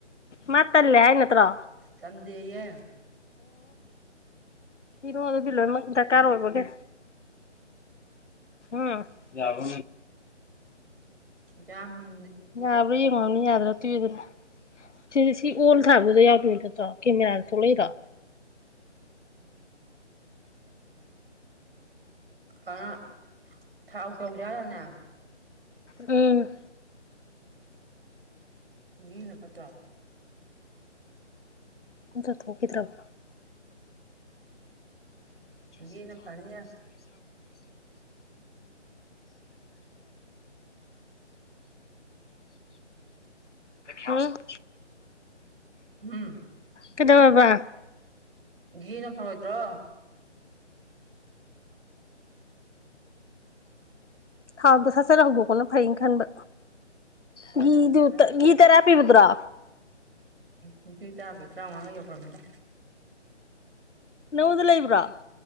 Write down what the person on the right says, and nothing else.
ꯇꯗꯦꯌꯦꯦ
ꯌꯥꯝ ꯅ
ꯀꯅꯥ ꯊꯥꯎ ꯇꯧꯖꯔꯅꯦ
ꯂꯅ ꯄꯠꯇꯥ
ꯘꯤꯅ ꯐꯅꯤꯌꯦ
ꯎꯝ
ꯖꯤꯅ ꯐꯔ ꯑꯣꯏꯣꯏꯗ꯭ꯔꯣ
ꯍꯣꯏ
ꯑꯗꯨꯅꯕꯨꯗꯤ
ꯈꯔ
ꯎ ꯑꯗꯨꯏ ꯇꯕ ꯇꯔꯥꯃꯉꯒ ꯌꯧꯈ꯭ꯔꯃꯤꯗ